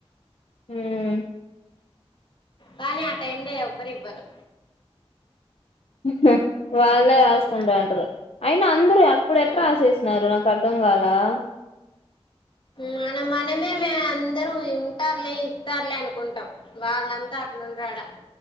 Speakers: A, on the left (about 70°); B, on the left (about 50°).
A: హ
B: కానీ ఆ టైమ్ లో ఎవ్వరు ఇవ్వరు
A: హ్ వాళ్ళే
B: పనికిమాలిన
A: రాసుకుంటారు
B: మనుషులు
A: అంటారు అయిన అందరూ అప్పుడే
B: ఉమ్.
A: ఎట్లా రాసేసినారు నాకు అర్థం కావాల ఆ
B: మన మనమే మే అందరూ ఉంటారులే ఇస్తారులే అనుకుంటాం వాళ్ళంతా అట్లుండడా